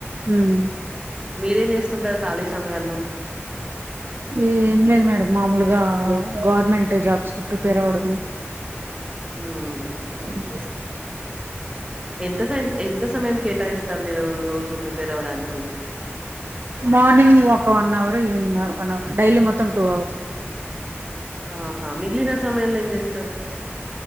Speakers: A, on the right; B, on the right.
A: హమ్
B: మీరేం చేస్తుంటారు ఖాళీ సమయాల్లో
A: ఏం లేదు మేడం మామూలుగా గవర్నమెంట్ జాబ్స్ కి ప్రిపేర్ అవ్వడం
B: హమ్
A: అవు <unintelligible>
B: ఎంత స ఎంత సమయం కేటాయిస్తారు మీరు రోజు ప్రిపేర్ అవ్వడానికి
A: మార్నింగ్ ఒక one hour evening one hour daily మొత్తం టూ అవర్స్
B: ఆహా మిగిలిన సమయాంలో ఏం చేస్తారు